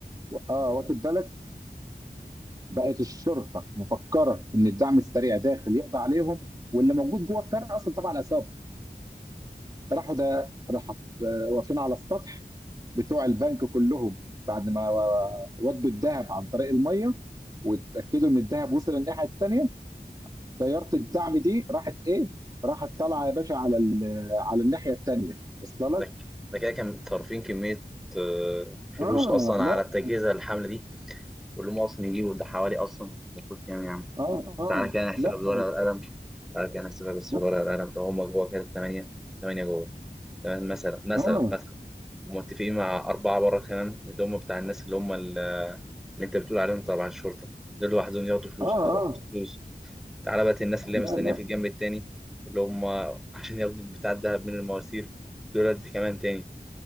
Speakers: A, on the right (about 25°); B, in the centre.
A: اه واخد بالك بقت الشرطه مفكره ان الدعم السريع داخل يقضي عليهم واللي موجود جوه القريه اصلا تبع العصابه راحوا ده راح واقفين على السطح بتوع البنك كلهم بعد ما ودوا الذهب عن طريق الميه واتاكدوا ان الذهب وصل الناحيه الثانيه طياره الدعم دي راحت ايه؟ راحت طالعه يا باشا على ال- على الناحيه الثانيه وصل
B: ده
A: لك؟
B: ك- ده كده كان صارفين كميه آه، فلوس
A: اه
B: اصلا
A: لا
B: على التجهيز الحمله دي قول له اصلا يجيبه ده حوالي اصلا المفروض كام يا عم
A: اه اه
B: تعالى كده نحسبها
A: لا
B: بالورقه والقلم تعالى كده نحسبها بس
A: لا
B: بالورقه والقلم ده هما جوه كده 8 8 جوه تمام مثلا مثلا
A: اه اه
B: مثلا ومتفقين مع أربعة بره كمان اللي هم بتاع الناس اللي هم ال- اللي أنت بتقول عليهم تبع الشرطة دول لوحدهم ياخدوا فلوس
A: اه
B: على بعض
A: آه،
B: فلوس تعالى بقى الناس اللي
A: لا
B: هي مستنية
A: لا
B: في الجنب التاني اللي هم عشان ياخدوا بتاع الدهب من المواسير دول دي كمان تاني